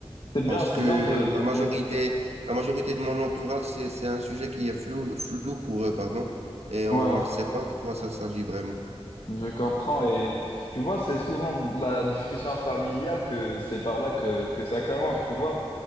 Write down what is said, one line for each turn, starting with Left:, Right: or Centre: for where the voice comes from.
Left: C'est bien,
Right: Parce
Left: c'est
Right: que
Left: bien de...
Right: la majorité,
Left: Ouais,
Right: la majorité de mon entourage, c'est, c'est un sujet qui est flou, flou pour eux, pardon. Et on
Left: ouais, ouais.
Right: ne sait pas de quoi ça s'agit vraiment.
Left: Je comprends et tu vois, c'est souvent de la discussion familiale que c'est par là que, que ça commence, tu vois.